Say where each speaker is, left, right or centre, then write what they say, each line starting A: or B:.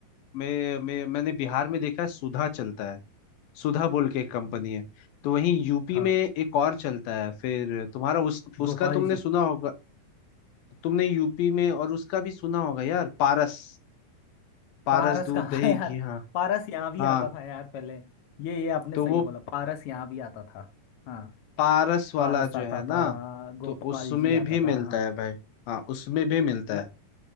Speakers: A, on the left; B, on the left.
A: मैं, मैं मैंने बिहार में देखा है सुधा चलता है सुधा बोल के एक कंपनी है तो वहीं यूपी
B: हाँ
A: में एक और चलता है फिर तुम्हारा उस उसका
B: गोपाल
A: तुमने
B: जी
A: सुना होगा तुमने यूपी में और उसका भी सुना होगा यार पारस पारस
B: पारस
A: दूध
B: का हाँ
A: दही
B: यार
A: घी हाँ
B: पारस यहाँ भी
A: हाँ
B: आता था यार पहले ये ये आपने
A: तो
B: सही
A: वो
B: बोला पारस यहाँ भी आता था हाँ
A: पारस वाला
B: पारस
A: जो
B: आता
A: है ना
B: था गोपाल
A: तो उसमें
B: जी आता
A: भी
B: था
A: मिलता
B: हाँ
A: है भाई हाँ उसमें भी मिलता
B: मैं
A: है